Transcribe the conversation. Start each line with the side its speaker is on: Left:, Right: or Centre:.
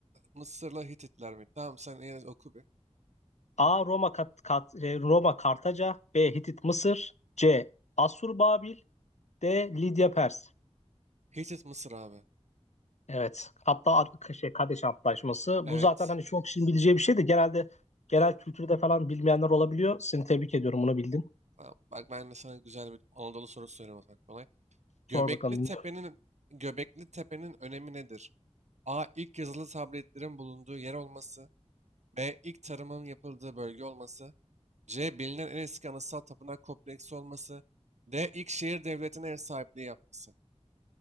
Right: Mısır'la Hititler mi? Tamam sen yine oku bir.
Left: A. Roma Kat, Kat- e, Roma Kartaca, B. Hitit Mısır, C. Asur Babil, D. Lidya Pers.
Right: Hitit Mısır abi.
Left: Evet. Hatta ar- şey Kadeş Antlaşması.
Right: Evet.
Left: Bu zaten hani çok kişinin bileceği bir şey de genelde genel kültürde falan bilmeyenler olabiliyor. Seni tebrik ediyorum bunu bildin.
Right: Tamam. Bak ben de sana güzel bir Anadolu sorusu soruyorum o zaman kolay. Göbekli
Left: Sor bakalım
Right: Tepe'nin Göbekli Tepe'nin önemi nedir? A. İlk yazılı tabletlerin bulunduğu yer olması. B. İlk tarımın yapıldığı bölge olması. C. Bilinen en eski anıtsal tapınak kompleksi olması. D. İlk şehir devletine ev sahipliği yapması.